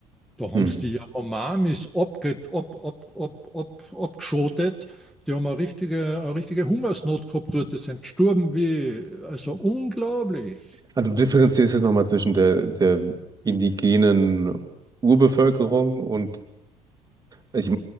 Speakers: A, in the centre; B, on the right (about 20°).
A: Da haben
B: Mhm.
A: sie die Yanomamis abge, ab, ab, ab, ab, abgeschotet. Die haben eine richtige, eine richtige Hungersnot gehabt dort. Die sind gestorben wie, also unglaublich.
B: Also du differenzierst jetzt nochmal zwischen der, der indigenen Urbevölkerung und Ich,